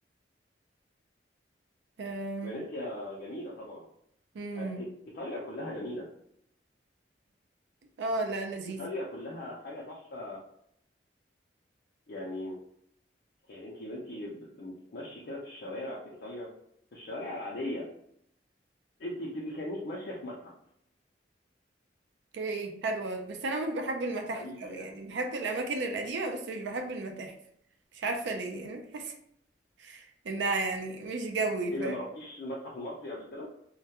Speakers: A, on the right; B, on the left.
A: أم،
B: فينيسيا جميله طبعا
A: مم.
B: آه، إي- ايطاليا كلها جميله
A: اه لا لذيذ
B: ايطاليا كلها حاجه تحفه يعني يعني انت وانتي ب- لما بتتمشي كده في الشوارع في ايطاليا في الشوارع العاديه انت بتبقي كانك ماشيه في متحف
A: اوكي حلوة بس انا مش بحب المتاحف
B: حقيقي
A: قوي
B: يعني
A: يعني بحب الاماكن القديمة بس مش بحب المتاحف مش عارفة ليه يعني بحس انها يعني مش جوي ف
B: ايه ده ما رحتيش المتحف المصري قبل كده